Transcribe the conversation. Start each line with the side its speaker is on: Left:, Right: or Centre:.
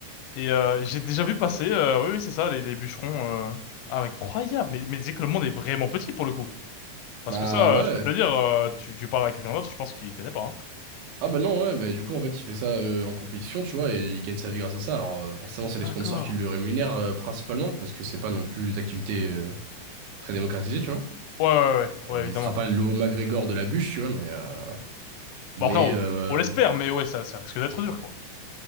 Left: Et euh, j'ai déjà vu passer, euh, oui, oui, c'est ça, les, les bûcherons. Euh... Ah, incroyable! Mais, mais c'est que le monde est vraiment petit pour le coup. Parce
Right: Bah
Left: que ça,
Right: ouais.
Left: euh, je peux te le dire, euh, tu, tu parles à quelqu'un d'autre, je pense qu'il connaît pas. hein.
Right: Ah bah non, ouais. Bah, du coup, en fait, il fait ça euh, en compétition, tu vois, et il gagne sa vie grâce à ça. Alors euh, forcément, c'est
Left: D'accord.
Right: les sponsors qui le rémunèrent euh, principalement, parce que c'est pas non plus des activités euh, très démocratisées, tu vois.
Left: Ouais, ouais,
Right: Ouais,
Left: ouais, ouais,
Right: Il
Left: évidemment.
Right: sera pas le nouveau McGregor de la bûche, tu vois, mais... euh, Mais
Left: Bon, après, on,
Right: euh,
Left: on l'espère, mais ouais, ça, ça risque d'être dur, quoi.